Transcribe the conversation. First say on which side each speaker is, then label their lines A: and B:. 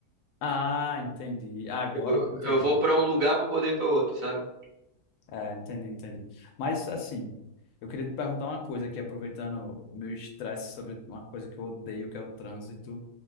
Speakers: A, on the left; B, on the right.
A: Ah, entendi. Agora
B: Tipo,
A: entendi.
B: eu vou pra um lugar pra poder ir pra outro, sabe?
A: É, entendi, entendi. Mas assim, eu queria te perguntar uma coisa aqui, aproveitando meu estresse sobre uma coisa que eu odeio, que é o trânsito.